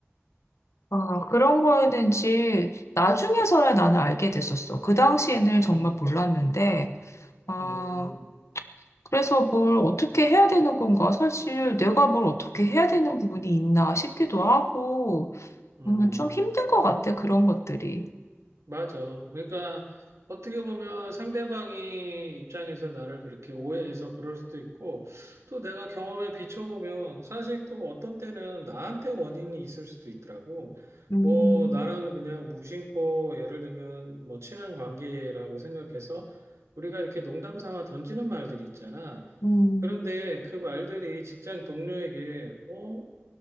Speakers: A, on the left; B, on the right.
A: 아, 그런 거였는지 나중에서야 나는 알게 됐었어. 그 당시에는 정말
B: 음,
A: 몰랐는데 아,
B: 음,
A: 그래서 뭘 어떻게 해야 되는 건가? 사실 내가 뭘 어떻게 해야 되는 부분이 있나 싶기도 하고,
B: 음.
A: 음, 좀 힘든 것 같아, 그런 것들이.
B: 맞아. 그러니까 어떻게 보면 상대방이 입장에서 나를 그렇게 오해해서 그럴 수도 있고, 또 내가 경험에 비춰보면 사실 또 어떤 때는 나한테 원인이 있을 수도 있더라고.
A: 음,
B: 뭐 나는 그냥 무심코 예를 들면 뭐 친한 관계라고 생각해서 우리가 이렇게 농담 삼아 던지는 말들이 있잖아.
A: 음,
B: 그런데 그 말들이 직장 동료에게 어?